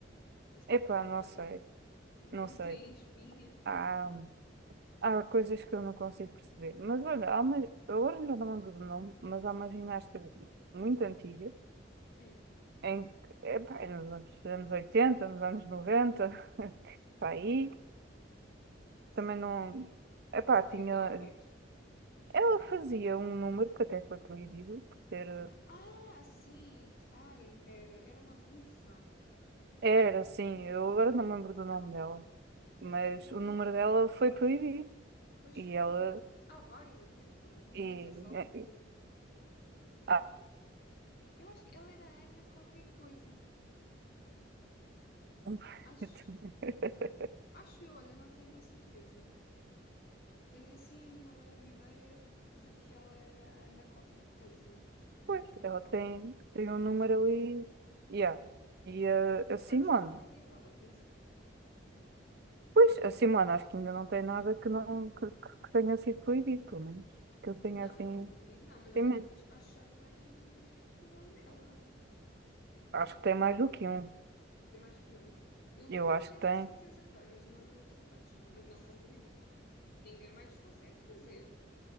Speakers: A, on the left; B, on the right.
A: Eles
B: Epá,
A: também não
B: não
A: têm,
B: sei,
A: não
B: não sei.
A: têm espinha.
B: Há, há coisas que eu não consigo perceber. Mas olha, há uma, agora já não me lembro do nome, mas há uma ginasta muito antiga,
A: Hum,
B: em que, epá, é nos anos, anos 80, nos anos 90 <laughs> para aí,
A: yeah. Sim,
B: também não.
A: mas
B: Epá,
A: mas
B: tinha.
A: o que é que ela fez?
B: Ela fazia um número que até foi proibido, por ter.
A: Ah, sim. Ai, pera, era uma russa.
B: Era assim, eu agora não me lembro do nome dela, mas
A: Era,
B: o número dela foi proibido.
A: pois
B: E
A: foi.
B: ela.
A: Há vários até que foram proibidos
B: E,
A: a essa altura.
B: <laughs> ah,
A: Eu acho que ela era Ana qualquer coisa.
B: <laughs>
A: Acho, acho eu, olha, não tenho a certeza. Tenho assim uma leve ideia de que ela era Ana qualquer coisa.
B: Pois, ela tem, tem um número ali. Yeah. E a,
A: Posso
B: a Simone.
A: estar completamente errada, atenção.
B: Pois, a Simone acho que ainda não tem nada que, não, que, que- que tenha sido proibido, pelo menos. Que eu tenha
A: Não,
B: assim.
A: não, proibido não, mas já
B: Tem,
A: tem
B: men-
A: coisas. Acho que já tem um movimento com o nome dela.
B: acho que tem mais do que um.
A: Tem mais que um. Eu um
B: Eu acho
A: tenho
B: que tem.
A: a certeza que tem, mas não, não sei quantos são, mas não estão proibidos. Ninguém mais os consegue fazer.